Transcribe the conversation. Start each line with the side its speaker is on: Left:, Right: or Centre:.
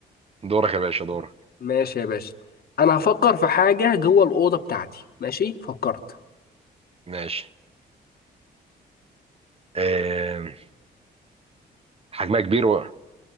Right: دورك يا باشا دورك
Left: ماشي يا باشا أنا هفكر في حاجة جوه الأوضة بتاعتي ماشي فكرت
Right: ماشي إيه... حجمها كبير و...